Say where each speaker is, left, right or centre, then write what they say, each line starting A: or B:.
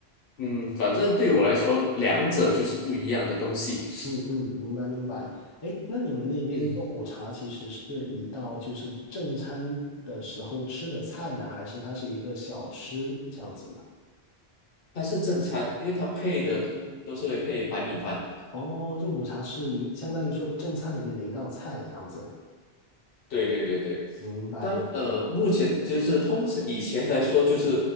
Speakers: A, on the left; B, on the left.
A: 嗯，反正对我来说，两者就是不一样的东西。
B: 嗯嗯，明白明白。哎，那你们那边肉骨茶其实是一道就是正餐的时候吃的菜呢，
A: 嗯，
B: 还是它是一个小吃这样子呢？
A: 它是正餐，因为它配的通都是会配白米饭。
B: 哦，肉骨茶是一相当于说正餐里面的一道菜这样子。
A: 对对对对。
B: 明白。
A: 当呃，目前就是通常以前来说，就是